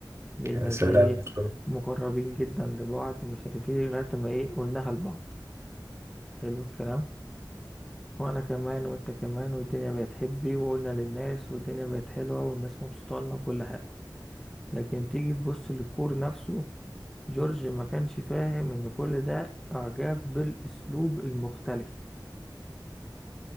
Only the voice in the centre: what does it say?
بقينا
زي
مقربين جدا لبعض ومش عارف ايه لغاية ما ايه قلناها لبعض حلو الكلام وانا كمان وانت كمان والدنيا بقت حبي وقلنا للناس والدنيا بقت حلوة والناس مبسوطة لنا وكل حاجة لكن تيجي تبص للكور نفسه جورج ما كانش فاهم ان كل ده اعجاب بالاسلوب المختلف